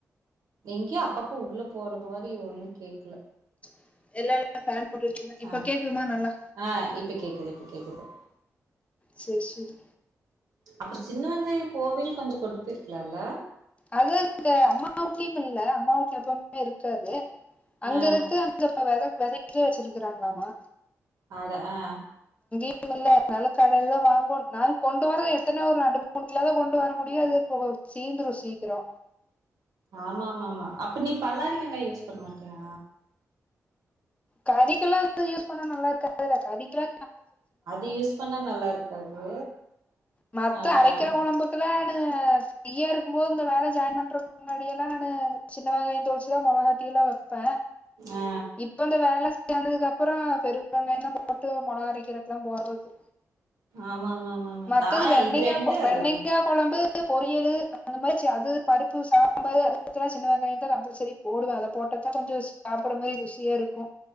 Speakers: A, on the right; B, on the left.
A: எங்யோ அப்பப்போ உள்ள போற மாரி ஒண்ணு கேக்கல
B: <unintelligible> இருந்தே இப்ப
A: அ
B: கேக்குதுமா நல்லா
A: ஆ இப்ப கேக்குது இப்ப கேக்கு <inaudible>
B: செரி செரி
A: அப்புற சின்ன வெங்காய போவில் கொஞ்ச கொண்டு போய்ருக்கலா இல்ல
B: அது அங்க அம்மா வுட்லயு இல்ல அம்மா வுட்ல எப்பவுமே இருக்காது அங்க
A: ஆ
B: இருக்கு அங்க அப்பதத வச்சிருக்கிறாங்களாமா
A: அட ஆ
B: <unintelligible> கடையில தா வாங்கோன் நா கொண்டு வர்றது எடுத்துனு ஒரு ரெண்டு மூணு கிலோ தா கொண்டு வர முடியு அது சீந்துரு சீ கிறோ
A: ஆமா ஆமா ஆமா அப்ப நீ பல்லாரி வெங்காய யூஸ் பண்ண மாட்டியா
B: கறிக்கெல்லா அது யூஸ் பண்ண நல்லா இருக்காதுல்ல கறிக்கலா
A: அது யூஸ் பண்ணா நல்லா இருக்காது
B: மத்த
A: ஆ
B: அரைக்கிற உடம்புக்குலாஇிி ந ஃபிரீயா இருக்கு போது இந்த வேல ஜாயின் பண்றக்கு முன்னாடியெல்லா நானு சின்ன வெங்காய தோலுரிச்சிதா மிளகாத்தி எல்லா ப்ப
A: ஆ
B: இப்ப இந்த வேல வந்ததுக் அப்புற பெரு வெங்காய தா போட்டு மொளக அரைக்கிறது எல்லா போறது
A: ஆமா ஆமா ஆமா ஆமா
B: மத்தது
A: நா
B: வெண்டைங்கா
A: இது ரெண்டு அது
B: வெண்டைங்கா
A: ஒண்ணு
B: கொழம்பு பொரியலு அந்த மாரி அது பருப்பு சாம்பார் அது <unintelligible> சின்ன வெங்காய தா கம்பல்சரி போடுவே அத போட்டதா கொஞ்சோ சாப்பிற மாரி ருசியா இருக்கு